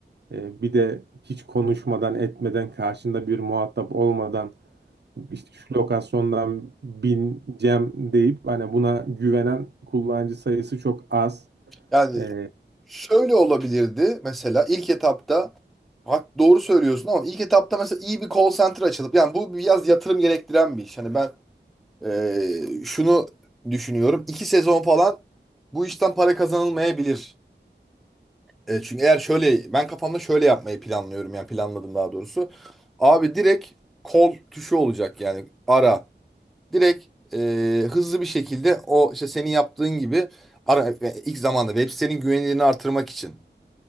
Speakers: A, on the right; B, in the centre.
A: e, bir de hiç konuşmadan etmeden karşında bir muhatap olmadan işte şu lokasyondan bineceğim deyip hani buna güvenen kullanıcı sayısı çok az.
B: Yani
A: E,
B: şöyle olabilirdi mesela ilk etapta hak doğru söylüyorsun ama ilk etapta mesela iyi bir call center açılıp yani bu biraz yatırım gerektiren bir iş. Hani ben eee, şunu düşünüyorum. iki sezon falan bu işten para kazanılmayabilir. E, çünkü eğer şöyle ben kafamda şöyle yapmayı planlıyorum yani planladım daha doğrusu. Abi direkt call tuşu olacak yani ara. Direkt e, hızlı bir şekilde o işte senin yaptığın gibi ara, yani ilk zamanda web sitenin güvenilirliğini artırmak için